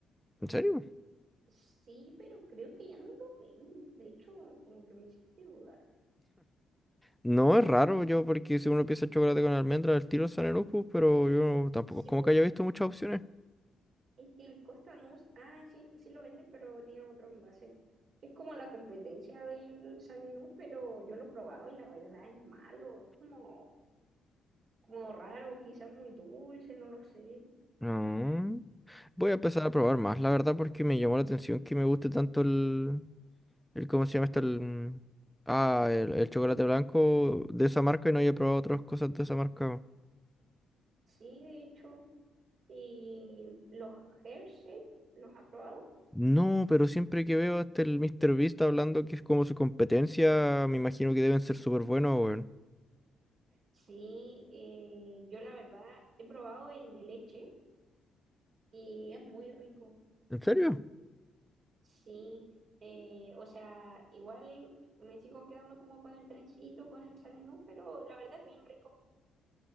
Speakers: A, in the centre; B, on the right.
A: ¿En serio?
B: Sí, pero creo que ya no lo venden. De hecho, como que me hiciste dudar.
A: No, es raro yo, porque si uno piensa chocolate con almendra, el tiro son Lupus, pero yo tampoco
B: Sí,
A: es como
B: po,
A: que haya visto muchas opciones.
B: es que el Costa no, ah, sí, sí lo venden, pero tiene otro envase. Es como la competencia del Saninú, pero yo lo he probado y la verdad es malo. Es como, como raro, quizás muy dulce, no lo sé.
A: No. Voy a empezar a probar más, la verdad, porque me llamó la atención que me guste tanto el... el ¿cómo se llama esto? El... Ah, el, el chocolate blanco de esa marca y no haya probado otras cosas de esa marca.
B: Sí, de hecho. Y los Hershey, ¿los ha probado?
A: No, pero siempre que veo a este el Mr. Beast hablando que es como su competencia, me imagino que deben ser súper buenos, weón.
B: Sí, eh, yo la verdad he probado el de leche y es muy rico.
A: ¿En serio?
B: Sí, eh, o sea, igual me sigo quedando como con el trencito, con el Sanenú, pero la verdad es bien rico.